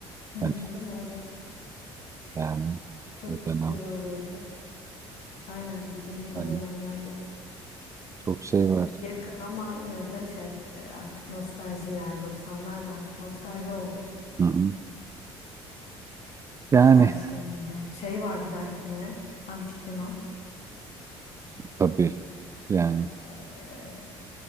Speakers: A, on the left (about 50°); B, on the right (about 20°).
A: Hı,
B: Hani
A: değil mi? Evet.
B: yani
A: Çok
B: o dönem
A: güzel olurdu. Aynen dediğin gibi
B: hani
A: o dönemlerde.
B: çok şey
A: e,
B: var.
A: Yakın ama yine de şey e, artık nostalji yani 90'lar da artık nostalji oldu.
B: Hı hı. Yani
A: Her şeyiyle. Şey var bir de yine antik Yunan.
B: tabii yani.
A: Ee,